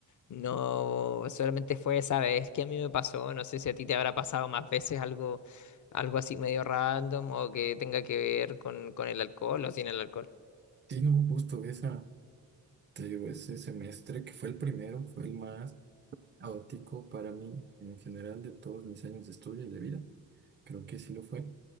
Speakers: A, on the left; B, on the right.
A: no- solamente fue esa vez que a mí me pasó. No sé si a ti te habrá pasado más veces algo, algo así medio random o que tenga que ver con, con el alcohol o sin el alcohol. <laughs>
B: Sí, no, justo esa. Te digo, ese semestre que fue el primero, fue el más caótico para mí en general de todos mis años de estudio y de vida. Creo que sí lo fue.